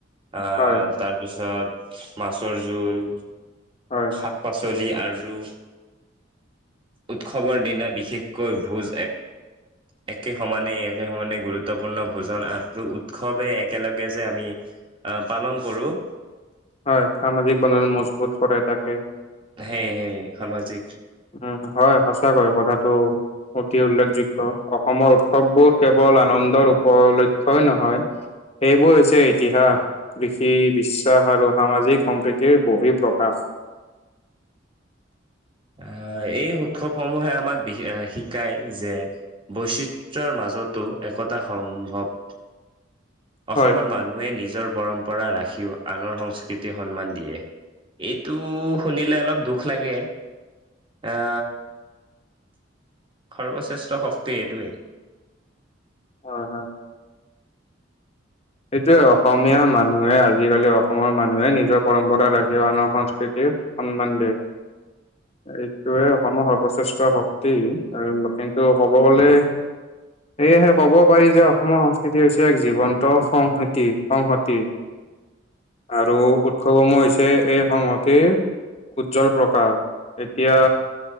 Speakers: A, on the right (about 25°); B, on the left (about 30°).
A: আহ,
B: হয়।
A: তাৰ পিছত মাছৰ জোল
B: হয়।
A: শাক-পাচলি আৰু উৎসৱৰ দিনা বিশেষকৈ ভোজ এক একে সমানে, একে সমানে, গুৰুত্বপূৰ্ণ ভোজন <unintelligible> উৎসৱে একেলগে যে আমি অ'পালন কৰোঁ
B: হয় সামাজিক বনৰ মজবুত কৰে তাকে
A: সেই, সেই সামাজিক
B: উম, হয়, সঁচা কৈ কথাটো। অতি উল্লেখযোগ্য অসমৰ উৎসৱবোৰ কেৱল আনন্দৰ উপৰলক্ষই নহয় সেইবোৰ হৈছে ইতিহাস কৃষি বিশ্বাস আৰু সামাজিক সম্প্ৰীতিৰ বহি প্ৰকাশ।
A: আহ, এই উৎসৱসমূহে আমাক বিশে শিকায় যে বৈচিত্ৰৰ মাজতো একতা সম্ভৱ। অসমৰ
B: হয়,
A: মানুহে নিজৰ পৰম্পৰা ৰাখিও আনৰ সংস্কৃতি সন্মান দিয়ে। এইটো শুনিলে অলপ দুখ লাগে। আ- সৰ্বশ্ৰেষ্ঠ শক্তি এইটোৱেই।
B: হয়, হয়। সেইটোৱে অসমীয়া মানুহে আজিকালি অসমৰ মানুহে নিজৰ পৰম্পৰা ৰাখি আনৰ সংস্কৃতি- সন্মান দিয়ে। এইটোয়ে অসমৰ সৰ্বশ্ৰেষ্ঠ শক্তি। কিন্তু ক'ব গলে- সেয়েহে ক'ব পাৰি যে অসমৰ সংস্কৃতি হৈছে এক জীৱন- ত সংহতি -সংহতি। আৰু উৎসৱসমূহ হৈছে এই সংহতিৰ- উজ্জ্বল প্ৰকাশ। এতিয়া-